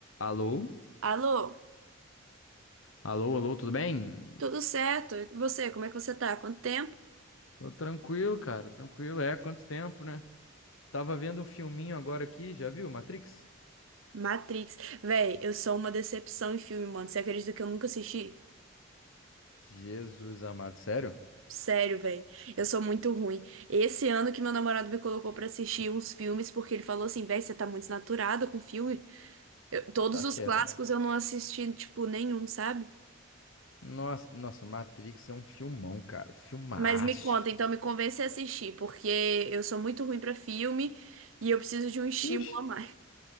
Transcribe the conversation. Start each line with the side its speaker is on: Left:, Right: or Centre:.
Left: Alô?
Right: Alô,
Left: Alô, alô, tudo bem?
Right: tudo certo? E você, como é que você tá? Quanto tempo?
Left: Tô tranquilo, cara, tranquilo. É, quanto tempo, né? Tava vendo um filminho agora aqui, já viu Matrix?
Right: Matrix. Véi, eu sou uma decepção em filme, mano. Você acredita que eu nunca assisti?
Left: Jesus amado, sério?
Right: Sério, véi. Eu sou muito ruim. Esse ano que meu namorado me colocou pra assistir uns filmes, porque ele falou assim, véi, você tá muito desnaturada com filme. Eu- todos
Left: Tá certo
Right: os clássicos
Left: mesmo.
Right: eu não assisti, tipo, nenhum, sabe?
Left: Nossa, nossa, Matrix é um filmão, cara, filmaço.
Right: Mas me conta, então me convence a assistir, porque eu sou muito ruim pra filme e eu preciso de um estímulo
Left: Ixi,
Right: a mais.